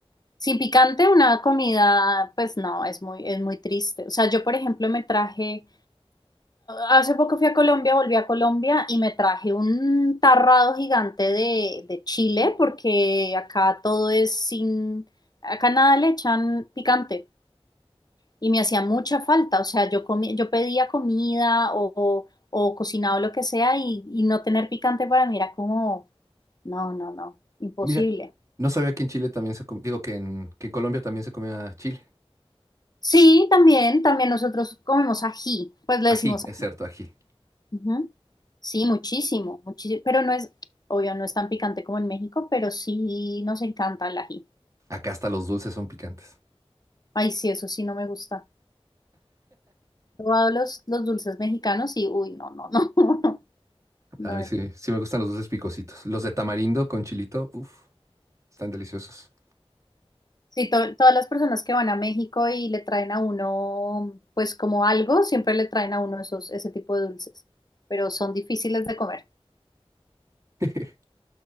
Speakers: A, on the left (about 40°); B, on the right (about 30°).
A: sin picante una comida, pues no, es muy, es muy triste. O sea, yo por ejemplo me traje... Hace poco fui a Colombia, volví a Colombia y me traje un tarrado gigante de, de chile porque acá todo es sin, acá nada le echan picante y me hacía mucha falta, o sea, yo comí- yo pedía comida o, o, cocinado lo que sea y, y no tener picante para mí era como, no, no, no, imposible.
B: Mira, no sabía que en Chile también se, com- digo que en, que en Colombia también se comía chile.
A: Sí, también, también nosotros comemos ají, pues le
B: Ají,
A: decimos
B: es cierto, ají.
A: Ujú. Sí, muchísimo, muchísimo, pero no es, obvio, no es tan picante como en México, pero sí nos encanta el ají.
B: Acá hasta los dulces son picantes.
A: Ay, sí, eso sí no me gusta. He probado los, los dulces mexicanos y, uy, no, no, no, <laughs> no
B: A mí
A: es.
B: sí, sí me gustan los dulces picositos. Los de tamarindo con chilito, uff, están deliciosos.
A: Sí, to- todas las personas que van a México y le traen a uno, pues como algo, siempre le traen a uno esos, ese tipo de dulces, pero son difíciles de comer.
B: <laughs>